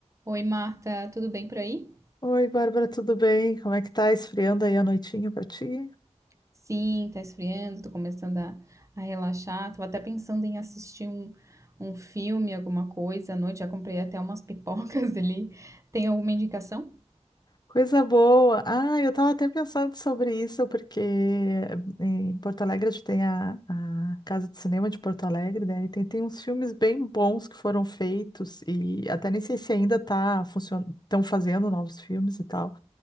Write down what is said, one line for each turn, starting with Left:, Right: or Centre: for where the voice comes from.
Right: Oi, Marta, tudo bem por aí?
Left: Oi, Bárbara, tudo bem? Como é que tá esfriando aí a noitinha pra ti?
Right: Sim, tá esfriando, tô começando a, a relaxar. Tava até pensando em assistir um, um filme, alguma coisa à noite. Já comprei até umas pipocas <laughs> ali. Tem alguma indicação?
Left: Coisa boa! Ah, eu tava até pensando sobre isso, porque em Porto Alegre a gente tem a, a Casa de Cinema de Porto Alegre, né? E tem, tem uns filmes bem bons que foram feitos, e até nem sei se ainda tá funcionando, estão fazendo novos filmes e tal,